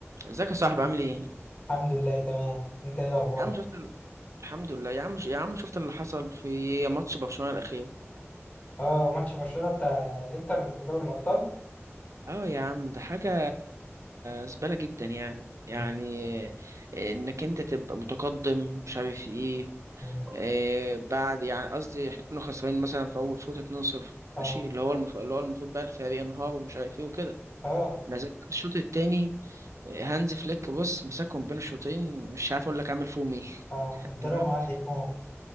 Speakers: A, on the right; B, on the left.
A: ازيك يا صاحبي عامل ايه
B: الحمد لله تمام انت ايه اخبار
A: يا عم شفت ال... الحمد لله يا عم يا عم شفت اللي حصل في ماتش برشلونة الأخير
B: اه ماتش برشلونة بتاع الانتر في دوري الابطال
A: اه يا عم ده حاجة زبالة جدا يعني يعني
B: مم.
A: آه، انك انت تبقى متقدم مش عارف ايه
B: مم.
A: آه، بعد يعني قصدي احنا كنا خسرانين مثلا في اول شوط 2-0
B: اه
A: ماشي اللي هو المف... اللي هو المفروض بقى الفريق ينهار ومش عارف ايه وكده
B: اه
A: نزلت الشوط التاني آه، هانز فليك بص مسكهم بين الشوطين مش عارف اقول لك عامل فيهم ايه
B: اه
A: <laughs>
B: الدراما
A: تمام
B: علقت موت